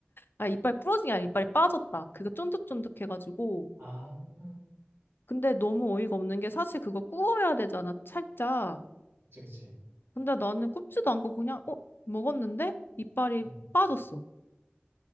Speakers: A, on the left; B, on the right.
A: 아, 이빨 부러진 게 아니라 이빨이 빠졌다. 그거 쫀득쫀득해가지고.
B: 아,
A: 근데 너무 어이가 없는 게 사실 그거 구워야 되잖아, 살짝.
B: 그치, 그치.
A: 근데 나는 굽지도 않고 그냥, 어? 먹었는데? 이빨이
B: 응.
A: 빠졌어.